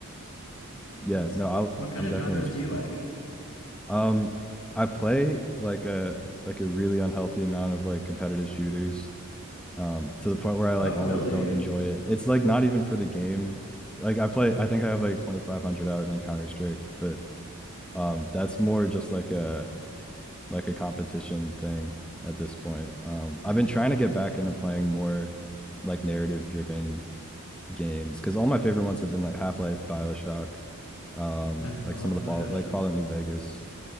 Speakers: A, in the centre; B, on the left (about 70°).
A: yeah,
B: Nice.
A: no, I'll
B: What kind
A: I'm
B: of
A: definitely
B: genres
A: interested
B: do you like?
A: in that. Um, I play like a like a really unhealthy amount of like competitive shooters, um, to the point where I like
B: Oh, really?
A: almost don't enjoy it. It's like not even for the game. Like I play, I think I have like 2,500 hours on Counter-Strike, but um, that's more just like a like a competition thing at this point. Um, I've been trying to get back into playing more like narrative-driven games because all my favorite ones have been like Half-Life, BioShock, um,
B: I love
A: like some of the
B: BioShock.
A: fall like Fallout New Vegas.